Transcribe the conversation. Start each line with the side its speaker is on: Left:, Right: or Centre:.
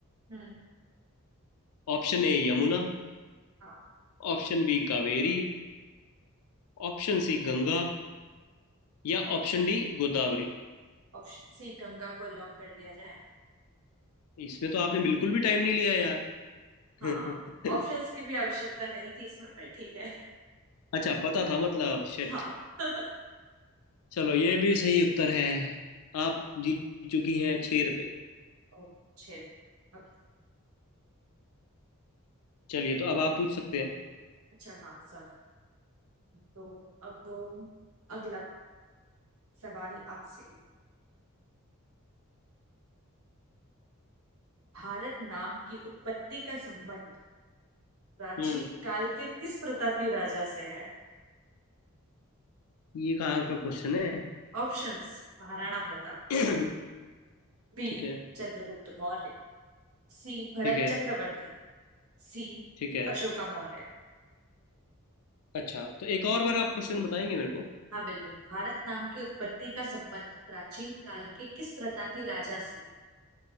Right: हम्म
Left: Option A Yamuna
Right: हाँ
Left: Option B Kaveri Option C Ganga या ऑप्शन डी गोदावरी
Right: ऑप्शन सी गंगा को लॉक कर दिया जाए
Left: इसमें तो आपने बिल्कुल भी टाइम नहीं लिया यार
Right: हाँ ऑप्शंस
Left: <laughs>
Right: की भी आवश्यकता नहीं थी इसमें पर ठीक है
Left: अच्छा पता था मतलब शिट
Right: हाँ <laughs>
Left: चलो ये भी सही उत्तर है आप जीत चुकी हैं छह रुपये
Right: ओ, छेद ओके
Left: चलिए तो अब आप पूछ सकते हैं
Right: अच्छा हाँ सॉरी तो अब अगला सवाल आपसे भारत नाम की उत्पत्ति का संबंध प्राचीन
Left: हम्म
Right: काल के किस प्रतापी राजा से है
Left: ये कहाँ का क्वेश्चन है
Right: Options Maharana Pratap
Left: <coughs> <clears throat>
Right: B
Left: ठीक है
Right: Chandragupta Maurya C Bharat
Left: ठीक है
Right: Chakravarti C
Left: ठीक है
Right: Ashoka Maurya
Left: अच्छा तो एक और बार आप क्वेश्चन बताएंगे मेरे को
Right: हाँ बिल्कुल भारत नाम की उत्पत्ति का संबंध प्राचीन काल के किस प्रतापी राजा से है?